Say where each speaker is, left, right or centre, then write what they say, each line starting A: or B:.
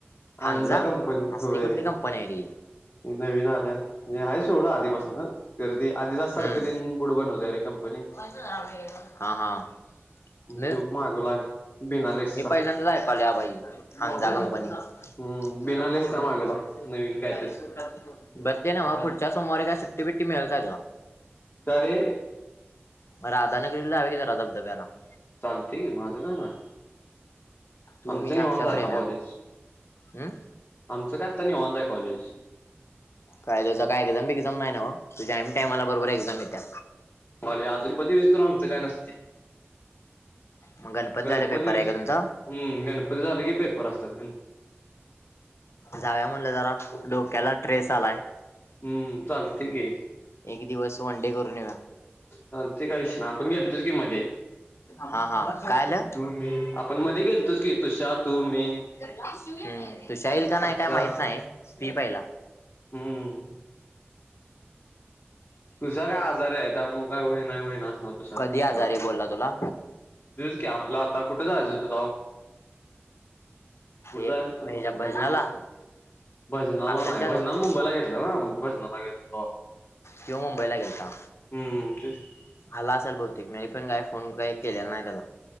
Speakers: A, on the left (about 75°); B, on the left (about 40°).
A: हांजा
B: आंनझा कंपनीच,
A: असली
B: व्हंय.
A: कुठली कंपनी
B: ती
A: आहे रे
B: नवीन आल्या म्हणजे आहे सोडा आधीपासनं तर ते आधी दास सारखं
A: हम्म
B: त्यानी कुडं बनवलंय रे कंपनी
A: हा -हा, न
B: त्यो मागवलाय बिना लेसचा.
A: मी पहिल्यांदाच ऐकालाय बाई अनंझा
B: होय
A: कंपनी.
B: हम्म
A: म्हणे
B: बिना
A: हा
B: लेसचा
A: बोलण्याेक्षयरशवर
B: मागवलाय नवीन काय तर.
A: <unintelligible> बरं ते ना व पुढच्या समवारी काय सुट्टी- बिट्टी मिळेल का जॉब?
B: का रे?
A: म राधाने कलेला आ ग राधा दब्याला. <unintelligible>
B: चालतेय कि माझं काय नाही बा-'
A: तू
B: आमचं
A: मी
B: निवांत
A: अक्षा
B: आता
A: प्रेम्या
B: कॉलेज,
A: हम्म
B: आमचं काय आत्ता निवांत आहे आता कॉलेज.
A: काय तुझ का एक्झम -बिक्झाम नाही ना व? तुझ्या आइम टाईमला बरोबर एक्झाम येत्या.
B: मले अजून कधी विस्तारू आमचं काय नसते.
A: मग गणपत
B: गणपतीवीस,
A: झाले पेपर आहे का तुमचा
B: हम् गणपती झाले की पेपर आसत्यात गण
A: जाऊया म्हणलं जरा, डोक्याला ट्रेस आलाय.
B: हम्म, चालते कि
A: एक दिवस वन-डे करून येऊ्या.
B: चालते का शाह ना आपण गेलतोच की मध्ये
A: हा हा काय आलं?
B: तु, मी-' आपण मध्ये गेलंतोच की तो शाह, तू- मी.
A: हम्म, तुषा येईल का नाही,
B: अक्षा
A: काय माहित नाही. सी पाहिला
B: हम्म. तुषा लैय आजार आहे, त्यामुळं काय होई नाही, होई नाही असं होतं.
A: कधी आजारी आहे, बोलला तुला?
B: तेच की, आपला आता कुठे जायचं होत? कुठं
A: ते
B: जायचं होतं
A: हेच्या
B: मग आपल्याला
A: भजनाला
B: मधी? भजनाला
A: अक्षांच्या
B: नाही, भजनाला
A: घरी
B: मुंबईला गेलंता ना, भजनाला गेलंतो तेव्हा.
A: किंवा मुंबईला गेलंता.
B: हम्म तेच की
A: आला आसलं बहुतेक, मी पण काय फोन काही केलेला नाही त्याला.